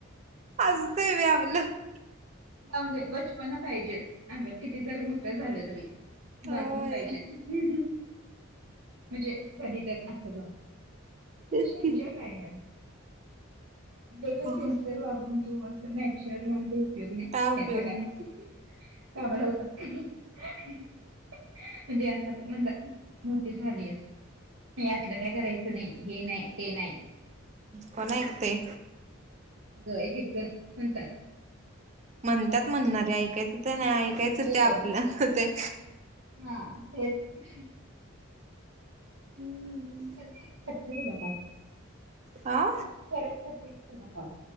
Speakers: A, on the right; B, on the right.
A: आज ते व्याव्ह <unintelligible>
B: जाऊन दे बचपन पाहिजे अंगात किती जरी मोठ झाल तरी
A: होय
B: बालपण पाहिजे. हम्म म्हणजे कधी तर अस ग
A: तेच
B: त्या शिवाय
A: की
B: एन्जॉय काय ये ते पण
A: होय
B: सेन्सर तू वागून तू अस नॅचुअर वा काही उपयोग नाही.
A: काय
B: त्या
A: उपयोग
B: जगात
A: नाही
B: कामलावतात हम्म अ. म्हणजे अस ते म्हणत मोठी झालीयेस नाही असलं का काय करायच नाही हे नाही ते नाही.
A: कोण ऐकतेय.
B: एक एक जण म्हणतात.
A: म्हणतात
B: म्हणलं
A: म्हणणारे ऐकायच ते नाही ऐकायच
B: होय
A: ते आपल्या हातात हाय.
B: हा तेच
A: हम्म्
B: कर की व्हिडिओ कॉल
A: हा
B: परत करते तूला कॉल